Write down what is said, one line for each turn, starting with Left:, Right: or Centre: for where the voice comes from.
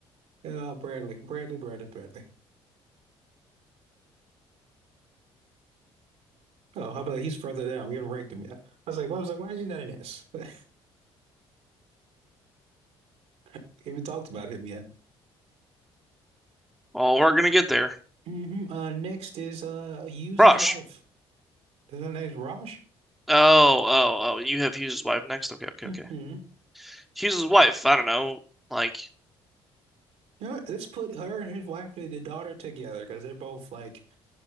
Right: Uh, Bradley, Bradley, Bradley, Bradley. Oh, how about he's further down? We haven't ranked him yet. I was like, well, I was like, why is he not in this? <laughs> We haven't talked about him yet.
Centre: Oh, we're gonna get there.
Right: hmm Uh, next is uh, use
Centre: Rush.
Right: his wife. Is that name Raj?
Centre: Oh, oh, oh, you have Hughes' wife next. Okay, okay,
Right: Hmm.
Centre: okay. Hughes' wife. I don't know. Like
Right: You know what? Let's put her and his wife and the daughter together because they're both like